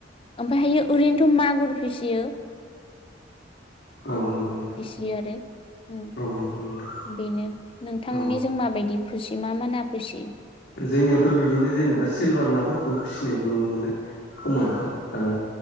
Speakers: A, on the left; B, on the left.
A: ओमफायहायो ओरैनोथ' मागुर फिसियो।
B: औ नंगौ नोंथां।
A: यो आरो उम
B: औ नंगौ नोंथां
A: बेनो नोंथांनिजों
B: औ
A: माबायदि? फुसि मा मोना फुसि?
B: जोंनियावथ' बिदिनो जेनेबा सिलभार नाफोरखौ फिसिनायखौ नुनो मोनो। कमल
A: औ
B: कात आरो